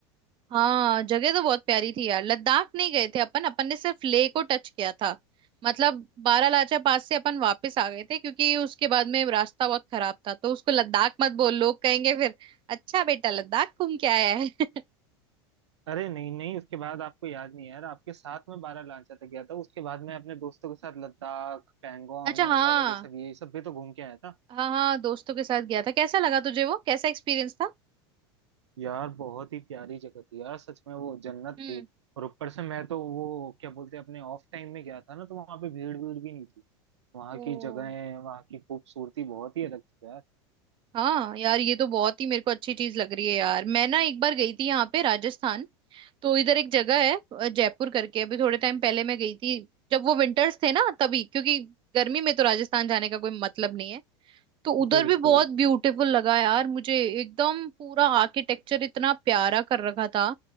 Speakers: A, on the right; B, on the right.
A: हाँ जगह तो बहुत प्यारी थी यार लद्दाख नहीं गए थे अपन अपन ने सिर्फ लेह को टच किया था मतलब बारालाचा पास से अपन वापस आ गए थे क्योंकि उसके बाद में रास्ता बहुत खराब था तो उसको लद्दाख मत बोल लोग कहेंगे फिर अच्छा बेटा लद्दाख घूम के आया है <laughs>
B: अरे नहीं नहीं उसके बाद आपको याद नहीं है यार आपके साथ में बारह लांचा तक गया था उसके बाद मैं अपने दोस्तों के साथ लद्दाख पैंगोंग
A: अच्छा
B: नुब्रा
A: हाँ
B: वैली सब ये सब भी तो घूम के आया था
A: हाँ हाँ दोस्तों के साथ गया था कैसा लगा तुझे वो कैसा एक्सपीरियंस था
B: यार बहुत ही प्यारी जगह थी यार सच में वो जन्नत
A: हम्म
B: थी और ऊपर से मैं तो वो क्या बोलते हैं अपने ऑफ टाइम में गया था ना तो वहां पे भीड़ भीड़ भी नहीं थी वहाँ
A: ओ
B: की जगहें वहाँ की खूबसूरती बहुत ही अलग थी यार
A: हाँ यार ये तो बहुत ही मेरे को अच्छी चीज लग रही है यार मैं ना एक बार गई थी यहाँ पे राजस्थान तो इधर एक जगह है अ, जयपुर करके अभी थोड़े टाइम पहले मैं गई थी जब वो विंटर्स थे ना तभी क्योंकि गर्मी में तो राजस्थान जाने का कोई मतलब नहीं है तो उधर
B: बिल्कुल
A: भी बहुत ब्यूटीफुल लगा यार मुझे एकदम पूरा आर्किटेक्चर इतना प्यारा कर रखा था